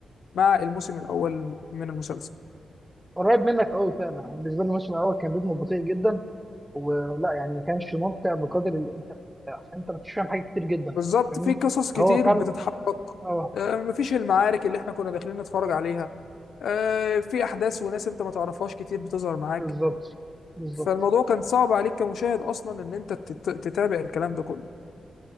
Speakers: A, on the left; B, in the centre.
A: مع الموسم الاول من المسلسل
B: قريب منك قوي فعلا أنا بالنسبه لي الموسم الاول كان رتمه بطيء جدا ولا يعني ما كانش ممتع بقدر اللي انت عشان انت ما كنتش فاهم حاجات كتير جدا
A: بالظبط
B: فاهمني
A: في قصص كتير
B: هو فعلا
A: بتتحرك
B: اه
A: آه، مفيش المعارك اللي احنا كنا داخلين نتفرج عليها آه، في احداث وناس انت ما تعرفهاش كتير بتظهر معاك
B: بالظبط بالظبط
A: فالموضوع كان صعب عليك كمشاهد اصلا ان انت تت- تتابع الكلام ده كله